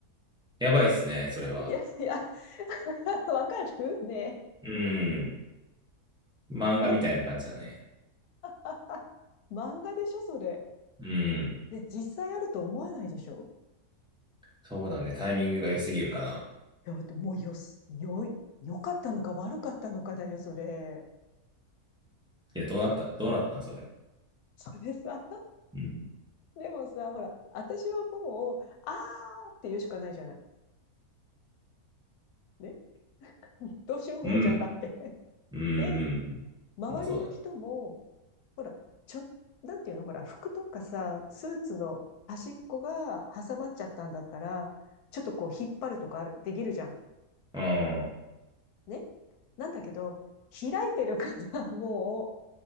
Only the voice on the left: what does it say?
<laughs> いやいや、<laughs> わかるねえ。
もう、<laughs> 漫画でしょ、それ。
で、実際あると思わないでしょ
いや、だってもうよす、よい、良かったのか悪かったのかだよ、それ。
それさ、
でもさ、ほら、私はもう、あーって言うしかないじゃない。ね。どうしようもないじゃんだって。
で、周りの人も、
ほら、ちょ、なんていうの、ほら、服とかさ、スーツの端っこが挟まっちゃったんだったら、ちょっとこう引っ張るとかあるできるじゃん。
ね。なんだけど、開いてるから <laughs> もう